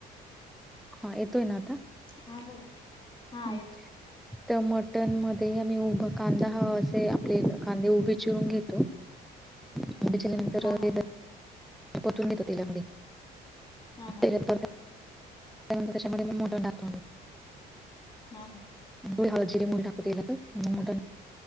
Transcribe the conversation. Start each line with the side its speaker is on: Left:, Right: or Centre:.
Centre: हा येतोय ना आता?
Left: हा बोला. हा
Centre: हम्म
Left: येत
Centre: ते मटन मध्ये आम्ही उभ कांदा हा असे आपले कांदे उभे चिरून घेतो उभे चिरल्या नंतर.
Left: हा हा
Centre: परतून घेतो तेला मध्ये
Left: हा हा
Centre: तेलात परतल्या त्या नंतर त्याच्यामध्ये मटण टाकायचं.
Left: आ हा.
Centre: मग थोडी हळद जिरी मोहरी टाकू तेलातचं मग मटन,